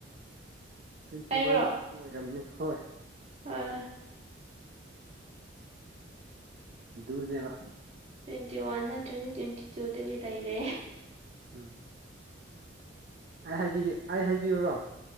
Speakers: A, on the right; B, on the right.
A: ꯇ꯭ꯋꯦꯟꯇꯤ
B: ꯑꯩꯔꯣ
A: ꯋꯥꯟ ꯇ꯭ꯋꯦꯟꯇꯤ ꯇꯨ ꯑꯣꯏꯔꯕꯝꯅꯤ ꯍꯣꯏ
B: ꯍꯣꯏ
A: ꯗꯨꯅꯦꯕ
B: ꯇ꯭ꯋꯦꯟꯇꯤ ꯋꯥꯟ ꯅꯠꯇ꯭ꯔꯗꯤ ꯇ꯭ꯋꯦꯟꯇꯤ ꯇꯨꯗꯗꯤ ꯂꯩꯒꯔꯦ
A: ꯎꯝ ꯑꯩ ꯍꯥꯏꯕꯤꯒꯦ ꯑꯩ ꯍꯥꯏꯕꯤꯌꯨꯔꯣ